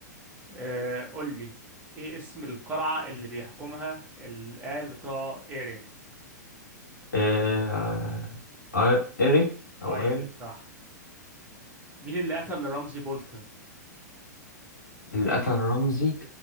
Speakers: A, on the right; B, on the left.
A: آه قول لي ايه اسم القلعة اللي بيحكمها الآل بتاع ايرين
B: آه، آه، ايري او
A: ايري
B: ايري
A: صح مين اللي قتل رمزي بولتن
B: اللي قتل رمزي